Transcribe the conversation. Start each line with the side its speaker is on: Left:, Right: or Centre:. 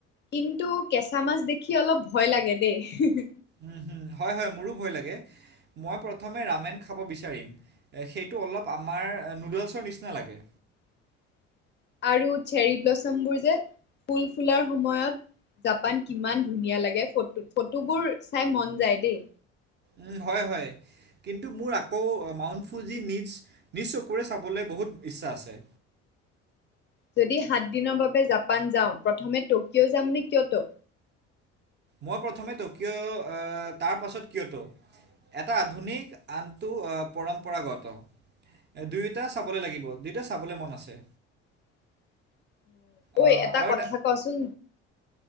Left: কিন্তু কেঁচা মাছ দেখি অলপ ভয় লাগে দেই।
Right: উম, হয় হয় মোৰো ভয় লাগে মই প্ৰথম ৰামেন খাব বিচাৰিম সেইটো অলপ আমাৰ নুডলছ নিচিনা লাগে
Left: <unintelligible> আৰু চেৰী ব্লাচম বোৰ যে ফুল ফুলাৰ সময়ত জাপান কিমান ধুনীয়া লাগে ফটো ফটোবোৰ চাই মন যায় দেই।
Right: উম হয় হয় কিন্তু মোৰ আকৌ মাউন ফুজি নিচ নিজ চকুৰে চাবলৈ বহুত ইচ্ছা আছে।
Left: <unintelligible> যদি সাতদিনৰ বাবে জাপান যাওঁ প্ৰথমে ট'কিঅ' যামনে কিয়ত
Right: মই প্ৰথমে তকিয় তাৰ পাছত কিয়ত এটা আধুনিক আনটো পৰম্পৰাগত দুয়োটা চাবলে লাগিব দুয়োটা চাবলে মন আছে।
Left: <unintelligible> ঐ
Right: আহ,
Left: এটা
Right: আৰু
Left: কথা কচোন